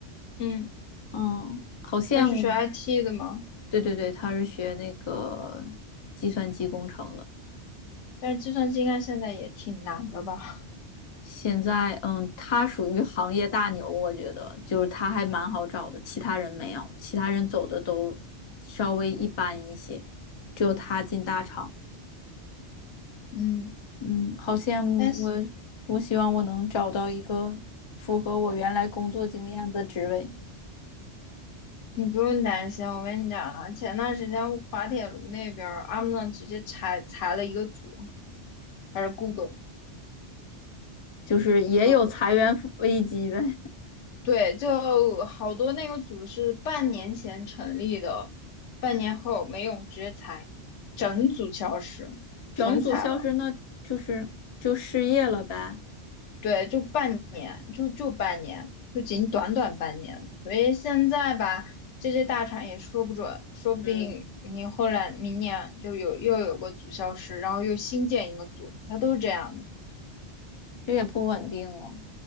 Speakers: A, on the left; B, on the left.
A: 嗯，
B: 嗯，好羡慕。
A: 他是学 IT 的嘛，
B: 对对对，他是学那个计算机工程的，
A: 但是计算机应该现在也挺难的吧？<laughs>
B: 现在嗯，他属于行业大牛，我觉得就是他还蛮好找的，其他人没有，其他人走的都稍微一般一些，只有他进大厂。
A: 嗯，
B: 嗯，好羡慕我！
A: 但是。
B: 我希望我能找到一个符合我原来工作经验的职位，
A: 你不用担心，我跟你讲啊，前段时间滑铁卢那边儿，Amazon 直接裁裁了一个组，还是 Google，
B: 就是也有裁员危机呗，
A: 就
B: <laughs>
A: 对，就好多那个组是半年前成立的，半年后没用，直接裁，整组消失，
B: 整组消失，
A: 全裁了。
B: 那就是就失业了呗。
A: 对，就半年，就就半年，就仅短短半年。所以现在吧，这些大厂也说不准，说不定你后来明年就有又有个组消失，
B: 嗯，
A: 然后又新建一个组，它都是这样的，
B: 这也不稳定了。